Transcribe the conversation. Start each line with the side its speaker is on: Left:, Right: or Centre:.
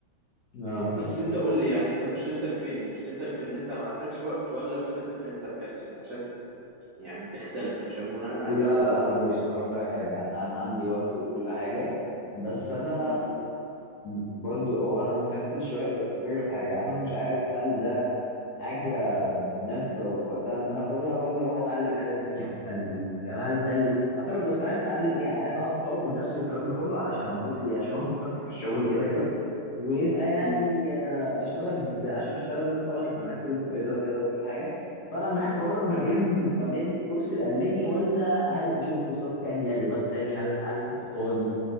Left: اه
Right: بس انت قول لي يعني انت مشكلتك فين مشكلتك في ان انت ما عندكش وقت ولا مشكلتك في ان انت مكسل عشان يعني تختلف عشان بناء عليه
Left: لا
Right: اقدر اقول
Left: لا بص
Right: لك تعمل
Left: هقول
Right: ايه
Left: لك حاجه انا انا عندي وقت وكل حاجه بس انا
Right: امم
Left: برضو هو انا مكسل شويه بس الفكره في حاجه انا مش عارف هل ده حاجه مناسبه وفي وقتها ان انا اخدها ولا اروح اتعلم حاجه تانية احسن لي فاهم هل ده ال... اصل انا بص انا عايز اتعلم ايه عايز اقعد اطور من نفسي والكلام ده كله علشان اظبط لي عشان اظبط نفسي في الشغل كده كده ويبقى يعني
Right: امم
Left: آه، اشتغل ب... عشان اشتغل لازم طبعا يكون معايا سكيلز كويسه وكده وكل حاجه فانا محتار ما
Right: تمام
Left: بين ما بين كورس الالماني ولا هل اشوف كورسات تانية لغات تانية هل اتعلم الايطالي